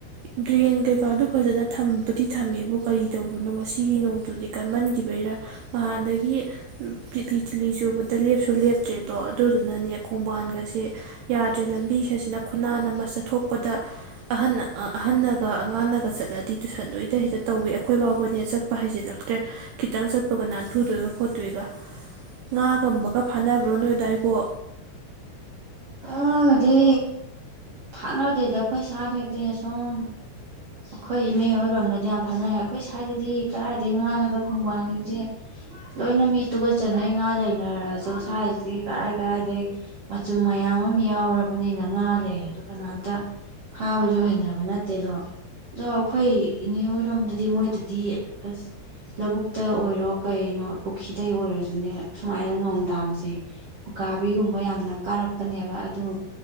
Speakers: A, on the right (about 85°); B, on the right (about 70°).
A: ꯗꯔꯦꯟ ꯀꯩꯀꯥꯗꯨ ꯐꯖꯕꯨꯗꯤ ꯊꯝꯃꯦꯕꯨ ꯀꯔꯤ ꯇꯧꯕꯅꯣ ꯉꯁꯤꯒꯤ ꯅꯣꯡꯗꯨꯗꯤ ꯀꯟꯃꯟꯈꯤꯕꯩꯔ ꯅꯍꯥꯟꯗꯒꯤ ꯇꯤꯂꯤ ꯆꯨꯕꯗ ꯂꯦꯞꯇ꯭ꯔꯦꯗꯣ ꯑꯗꯨꯗꯨꯅꯅꯦ ꯈꯣꯡꯕꯥꯟ ꯁꯤ ꯌꯥꯗ꯭ꯔꯦ ꯂꯝꯕꯤ ꯁꯤꯅ ꯈꯨꯟꯅꯥꯟ ꯑꯃ ꯆꯠꯊꯣꯛ ꯄꯗ ꯑꯍ ꯑꯍꯟꯅꯒ ꯑꯉꯥꯡꯅꯒ ꯆꯠꯂꯗꯤ ꯇꯨꯏꯁꯟ ꯂꯣꯏꯗ ꯍꯦꯛꯇ ꯇꯧꯋꯤ ꯑꯩꯈꯣꯏ ꯐꯥꯎꯕꯅꯦ ꯆꯠꯄ ꯍꯩꯖꯤꯜꯂꯛꯇ꯭ꯔꯦ ꯈꯤꯇꯪ ꯆꯠꯄꯒ ꯅꯥꯟꯊꯨꯗꯣꯏꯒ ꯈꯣꯠꯇꯣꯏꯒ ꯉꯥꯒꯨꯝꯕꯒ ꯐꯥꯅꯕ꯭ꯔꯣ ꯅꯣꯏꯗꯥꯏꯕꯣ?
B: ꯉꯥꯒꯗꯤ ꯐꯥꯅꯗꯦꯗ ꯑꯩꯈꯣꯏ ꯁꯥꯁꯤꯗꯤ ꯑꯁꯨꯝ ꯑꯩꯈꯣꯏ ꯏꯅꯦ ꯍꯣꯏꯔꯣꯝꯗꯗꯤ ꯌꯥꯝ ꯐꯥꯅꯩ ꯑꯩꯈꯣꯏ ꯁ꯭ꯋꯥꯏꯗꯗꯤ ꯀꯗꯥꯏꯗꯒꯤ ꯉꯥꯅꯣꯗ ꯈꯣꯡꯕꯥꯟꯅꯤꯡꯁꯦ ꯂꯣꯏꯅ ꯃꯤ ꯇꯨꯒꯠꯆꯅꯩ ꯉꯥ ꯂꯩꯅꯔꯁꯨ ꯁ꯭ꯋꯥꯏꯁꯤꯗꯤ ꯀꯔꯥꯏ ꯀꯔꯥꯏꯗꯒꯤ ꯃꯆꯨꯝ ꯃꯌꯥꯝ ꯑꯃ ꯌꯥꯝ ꯌꯥꯎꯔꯕꯅꯤꯅ ꯉꯥ ꯂꯩꯔ꯭ꯖꯨ ꯑꯗꯨ ꯀꯅꯥꯝꯇ ꯐꯥꯕꯁꯨ ꯍꯩꯅꯕ ꯅꯠꯇꯦ ꯑꯗꯣ ꯑꯗꯣ ꯑꯩꯈꯣꯏ ꯏꯅꯦ ꯍꯣꯏꯔꯣꯝꯗꯗꯤ ꯃꯣꯏꯗꯗꯤ ꯑꯁ ꯂꯧꯕꯨꯛꯇ ꯑꯣꯏꯔꯣ ꯀꯩꯅꯣ ꯄꯨꯈ꯭ꯔꯤꯗ ꯑꯣꯏꯔꯣꯁꯨꯅꯦ ꯁꯨꯃꯥꯏꯅ ꯅꯣꯡ ꯇꯥꯕꯁꯦ ꯎꯀꯥꯕꯤꯒꯨꯝꯕ ꯌꯥꯝꯅ ꯀꯥꯔꯛꯄꯅꯦꯕ ꯑꯗꯨ